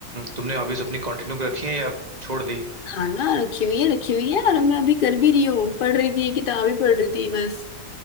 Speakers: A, on the right (about 25°); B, on the left (about 45°).
A: तुमने हॉबीज अपनी कंटिन्यू रखी है या छोड़ दी
B: हाँ ना रखी हुई है रखी हुई है और मैं अभी कर भी रही हूँ पढ़ रही थी किताब ही पढ़ रही थी बस